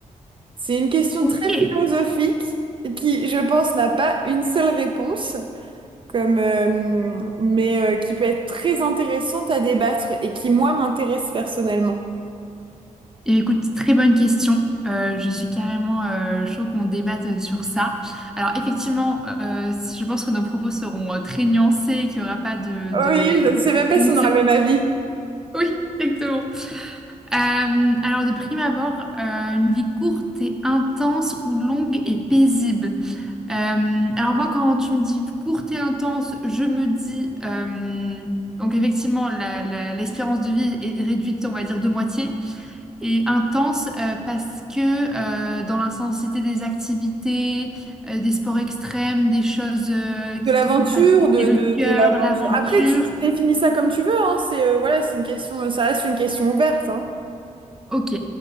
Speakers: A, on the right (about 40°); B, in the centre.
A: C'est une question
B: Ok.
A: très
B: Eh,
A: philosophique qui, je pense, n'a pas une seule réponse. comme, euh, mais euh, qui peut être très intéressante à débattre et qui, moi, m'intéresse personnellement.
B: bien, Écoute, très bonne question. Euh, je suis carrément euh, chaud qu'on débatte sur ça. Alors effectivement, euh, je pense que nos propos seront euh, très nuancés et qu'il n'y aura pas de, de...
A: Oui, je ne sais même pas
B: <laughs>
A: si on aura le même avis.
B: Oui, exactement. Euh, alors de prime abord, euh, une vie courte et intense ou longue et paisible. Euh, alors moi, quand tu me dis courte et intense, je me dis... euh, donc effectivement, la- la- l'espérance de vie est réduite, on va dire, de moitié. Et intense euh, parce que euh, dans l'intensité des activités, euh, des sports extrêmes, des choses euh, qui
A: De l'aventure,
B: te font palpiter
A: de,
B: le
A: de,
B: cœur,
A: de l'aventure.
B: l'aventure.
A: Après, tu définis ça comme tu veux, hein. C'est, euh, voilà, c'est une question, euh, ça reste une question ouverte, hein.
B: Ok.